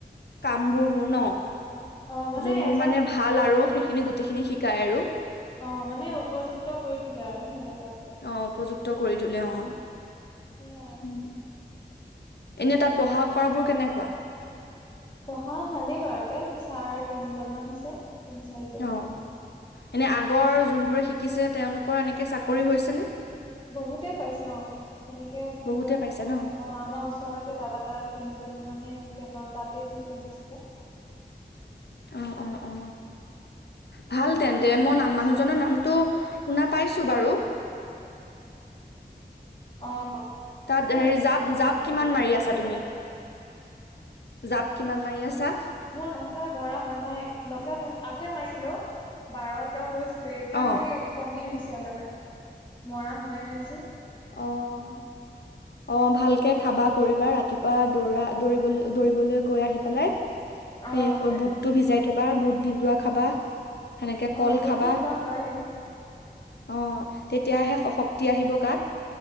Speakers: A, on the left (about 70°); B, on the left (about 30°).
A: কাম বোৰ মোৰ ন,
B: অ
A: যোন মোৰ
B: এজন
A: মানে ভাল
B: উম
A: আৰু সেইখিনি গোট- গোটেইখিনি শিকায় আৰু।
B: অ মানে উপযুক্ত কৰি তোলে আৰু সেনেকুৱাকে।
A: অ উপযুক্ত কৰি তলে অ
B: সেয়াই আৰু
A: উ। এনেই তাত পঢ়া কৰাবোৰ কেনেকুৱা।
B: পঢ়া ভালেই বাৰুতে ছাৰ তিনিজনমান আছে তিনি চাৰিজনমান।
A: অ এনে আগৰ যোনবোৰে শিকিছে তেওঁলোকৰ এনেকে চাকৰি হৈছে নে?
B: বহুতেই পাইছো অ সেনেকে বহুতৰে
A: বহুতে পাইছে ন
B: আহে অ আমাৰ ওচৰত ওচৰতে দাদা তিনিজন মানে তেওঁ তাতে পুহি পাইছিলে।
A: অ, অ, অ ভাল তেন্তে
B: তাৰপিছত
A: মই নাম মানুহজনৰ নামটো শুনা পাইছো বাৰু।
B: অ সেই ভাল
A: তাত হেৰি
B: আৰু
A: জাপ
B: তাত
A: জাপ কিমান
B: কৰিব
A: মাৰি আছা
B: পাৰিলে।
A: তুমি? জাপ কিমান মাৰি আছা।
B: মোৰ লংজাপ মৰা হোৱা নাই লংজাপ আগতে মাৰিছিলো বাৰ তেৰ গৈছ- ছিলে এতিয়া
A: অ'।
B: সেই কমি আহিছে অলপমান মৰা হোৱাই নাই যে।
A: অহ। অ ভালকে খাবা কৰিবা ৰাতিপুৱা দৌৰা দৌৰিবলৈ দৌৰিবলৈ গৈ আহি পেলাই।
B: অ
A: সেই
B: তাকে
A: বুটটো ভিজাই থবা বুট ভিজোৱা খাবা। সেনেকে
B: অ
A: কল
B: বুটতো
A: খাবা
B: খোৱা হয়ে।
A: অ তেতিয়াহে শক্তি আহিব গাত।